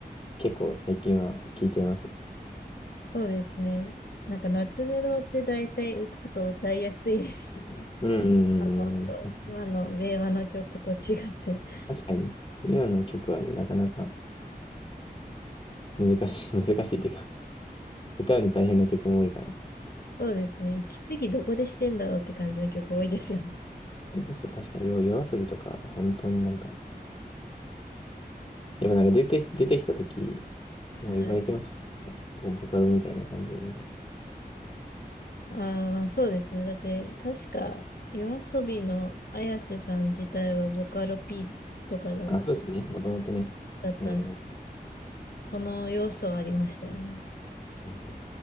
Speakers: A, on the left; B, on the left.
A: 結構最近は聴いちゃいますね。
B: そうですね。なんか夏メロって大体うあと歌いやすいですしね。
A: うん、うんうん
B: あの、そう今の令和の曲と違って、<laughs>
A: 確かに、今の曲はね、なかなか難しい、<laughs> 難しいっていうか、歌うの大変な曲も多いから。
B: そうですね、息継ぎどこでしてんだろうって感じの曲多いですよね。
A: それこそ確かに、よ夜遊びとか、本当になんか、やっぱなんか出て、出てきた時、もう言われてました。
B: はい。
A: なんか、ボボカロみたいな感じみたいな。
B: ああ、まあそうですね。だって、確か、夜遊びの綾瀬さん自体はボカロ P とかだ、
A: あ、そうですね、もともとね。
B: だったんで、
A: うん、うん
B: その要素はありましたよね。
A: うん